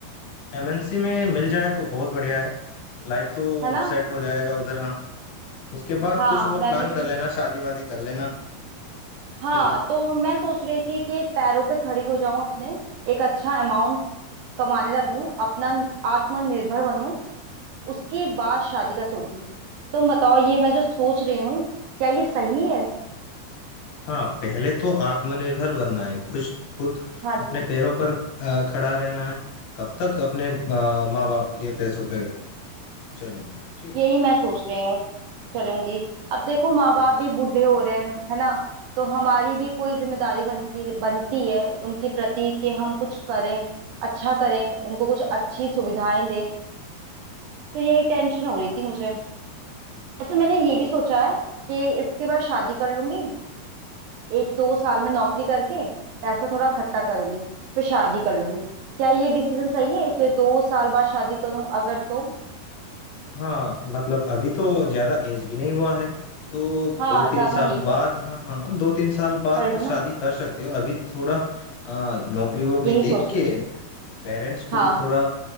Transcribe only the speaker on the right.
है ना
हाँ
मैं
भी
हाँ
तो मैं सोच रही थी कि पैरों पे खड़ी हो जाऊं अपने एक अच्छा अमाउंट कमाने लगूं अपना आत्मनिर्भर बनूं उसके बाद शादी का सोचूं तुम बताओ ये मैं जो सोच रही हूँ क्या ये सही है
हाँ
जी
यही
मैं सोच रही हूँ चलूंगी अब देखो माँ बाप भी बूढ़े हो रहे हैं ना- है ना तो हमारी भी कोई जिम्मेदारी बनती बनती है उनके प्रति कि हम कुछ करें अच्छा करें उनको कुछ अच्छी सुविधाएं दें तो यही टेंशन हो रही थी मुझे वैसे मैंने ये भी सोचा है कि इसके बाद शादी कर लूंगी एक दो साल में नौकरी करके पैसा थोड़ा इकट्ठा करूंगी फिर शादी कर लूंगी क्या ये डिसीजन सही है कि दो साल बाद शादी करूं अगर तो
हाँ
ज्यादा
नहीं हुआ
कर लो ना
यही
सोच
रही
हूँ।
हाँ